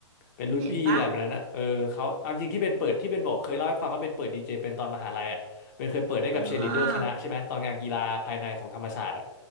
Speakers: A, on the left; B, on the right.
A: เป็นรุ่นพี่อะไรแบบนั้นนะเออเขาเอาจริงที่เบนเปิดที่เบนบอกเคยเล่าให้ฟังว่าเบนเปิดดีเจเป็นตอนมหาลัยอ่ะเปนเคยเปิดได้กับเชียร์ลีดเดอร์คณะใช่ไหมตอนงานกีฬาภายในของธรรมศาสตร์อ่ะ
B: เห็นปะอ๋อ